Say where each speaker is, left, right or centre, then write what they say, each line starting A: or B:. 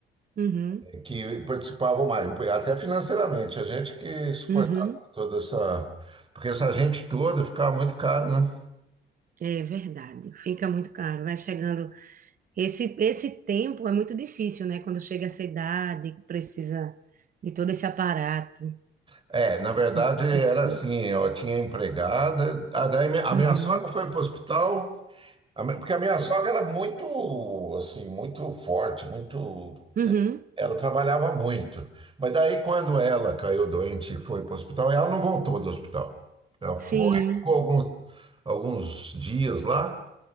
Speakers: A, on the right (about 45°); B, on the right (about 25°).
A: uhum.
B: eh, que participavam mais, até financeiramente, a gente que suportava
A: Uhum,
B: toda essa. Porque essa gente toda ficava muito caro, né?
A: é verdade, fica muito caro, vai chegando. Esse, esse tempo é muito difícil, né? Quando chega essa idade, que precisa de todo esse aparato,
B: É, na verdade
A: essas
B: era
A: coisas.
B: assim, eu tinha empregada, a, daí minha- a
A: Uhum,
B: minha sogra foi para o hospital, a mi- porque a minha sogra era muito, assim, muito forte, muito
A: uhum,
B: Ela trabalhava muito. Mas daí, quando ela caiu doente e foi para o hospital, ela não voltou do hospital. Ela
A: sim,
B: foi, ficou algum- alguns dias lá